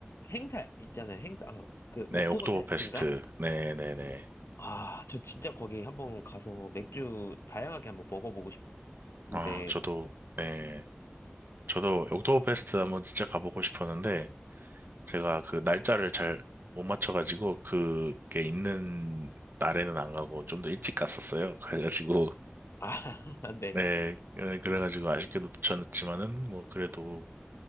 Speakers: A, on the left; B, on the right.
A: 행사 있잖아요. 행사, 아, 그
B: 네,
A: 옥토버
B: 옥토버페스트.
A: 페스트인가?
B: 네, 네, 네.
A: 아, 저 진짜 거기 한번 가서 맥주 다양하게 한번 먹어보고 싶은데,
B: 아, 저도, 네. 저도 옥토버페스트 한번 진짜 가보고 싶었는데, 제가 그 날짜를 잘 못 맞춰가지고, 그게 있는 날에는 안 가고, 좀 더 일찍 갔었어요. <laughs> 그래가지고,
A: 아, <laughs> 네네.
B: 네, 네, 그래가지고 아쉽게도 놓쳤지만은, 뭐, 그래도,